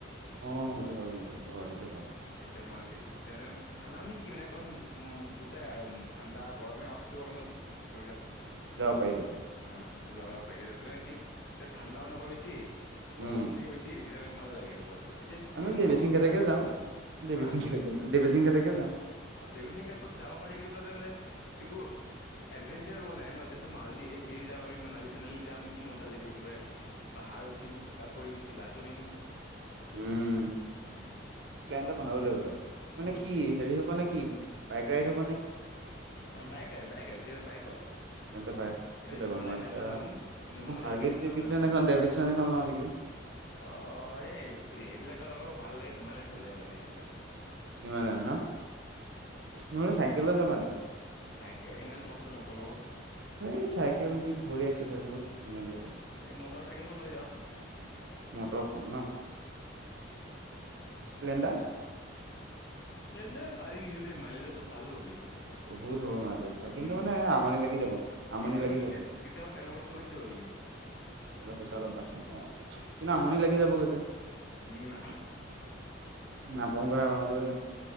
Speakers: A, on the right (about 65°); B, on the left (about 55°).
A: অ', সেইটো হয় কিন্তু সেইটো হয় সেইটো হয়।
B: তেতিয়া মাৰি তেতিয়া মানে ঠাণ্ডা মানে কি মানে অকণ উম দুটাই আৰু ঠাণ্ডা গৰমে অক্টোবৰ মানত ধৰি লোৱা
A: যাব পাৰি তেতিয়া।
B: অ', সেইটো য যাব পাৰি। তেতিয়া কি ঠাণ্ডাও নপৰে বেছি, গৰমো
A: উম
B: নাথাকে বেছি। তেতিয়া মানে ভাল লাগে, সেইটো বতৰে। এতিয়া
A: আমি
B: ইমান গৰম,
A: বেচিং ঘাটকে
B: গেলা গৰমত,
A: যাওঁ দেৱীচিং
B: হা?
A: ঘাটকে যাম দেৱীচিং ঘাটকে যাম
B: অ', দেৱী সিং গাতত যাব পাৰি, কিন্তু মানে একো এডভেঞ্চাৰ নাই ন, এতিয়া মাল ঘেৰি যাম, আম মালী চানালী যাম। কি মজা লাগিব কিবাৰে পাহাৰ উঠিম, কিবা কৰিম কিবা তৰিম
A: উম্,
B: উম
A: প্লেন টো বনাব লাগিব যাব। মানে কি
B: সেইটোৱে
A: হেৰি মানে কি? বাইক ৰাইড হ'ব নেকি?
B: Bike ride, bike ride. চিধা বাইকত।
A: তেন্তে বাইক
B: এ
A: ল'ব লাগিব
B: হিমালয়ন
A: মই এতিয়া
B: এখন ল'ম, ল'ম
A: মই
B: বুলি
A: হাৰ্লি
B: ভাবি আছোঁ
A: ডেভিডচন
B: ন মই এখন।
A: ডেভিডচন এখন লওঁ নেকি
B: অ', এই সেইবিলাক আকৌ ভালাগে হিমালয়ন চলোই গ'লে, সেইবিলাক ৰাস্তাত।
A: হিমালয়ান ন,
B: উম
A: নহ'লে চাইকেল লৈ যাবা নেকি?
B: চাইকেল ইমান কষ্ট নকৰোঁ অ'।
A: এই চাইকেল কি ভৰি এক্সাৰচাইজ হ'ব, কি ধুনীয়া লাগিব।
B: এই মটৰ চাইকেলখন লৈ অ',।
A: মটৰখন ন স্প্লেণ্ডাৰ।
B: পাৰি কিন্তু দেই মাইলেজৰ বহুত ভাল হ'ব কিন্তু।
A: বহুত হ'ব মাৰজ ভাল,
B: উম
A: কিন্তু মানে আমনি লাগি যাব, আমনি
B: তেতিয়া আমাৰ
A: লাগি
B: কিন্তু
A: যাব।
B: তে- তেতিয়া আমাৰ তেল পইচাটো বাচি যাব কিন্তু।
A: তেলৰ পইচা অলপ বাছিব অ', আৰু কিন্তু আমনি লাগি যাবগৈ যে।
B: উম্,
A: নাপাওঁগৈ, নাপাওঁগৈ।